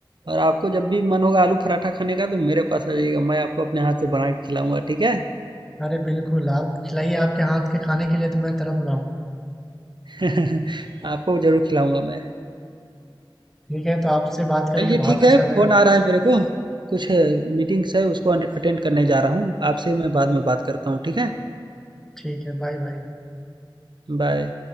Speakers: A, on the right; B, in the centre.
A: और आपको जब भी मन होगा आलू पराठा खाने का तो मेरे पास आ जाइएगा मैं आपको अपने हाथ से बना के खिलाऊंगा ठीक है
B: अरे बिल्कुल आप खिलाइए आपके हाथ के खाने के लिए तो मैं तरफ रहा हूँ
A: <laughs> आपको जरूर खिलाऊंगा मैं
B: ठीक है तो आपसे बात करके
A: चलिए
B: बहुत
A: ठीक
B: अच्छा
A: है फोन
B: लगा
A: आ रहा है मेरे को कुछ मीटिंग्स है उसको अटेंड करने जा रहा हूँ आपसे मैं बाद में बात करता हूँ ठीक है
B: ठीक है Bye bye
A: बाय